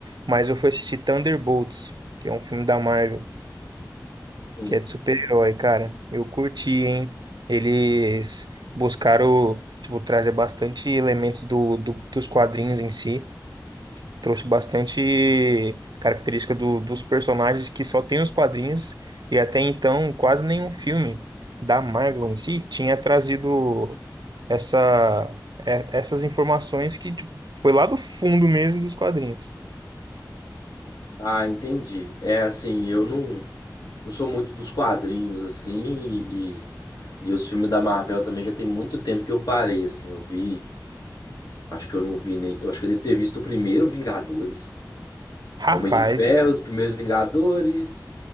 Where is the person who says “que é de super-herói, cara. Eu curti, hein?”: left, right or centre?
Right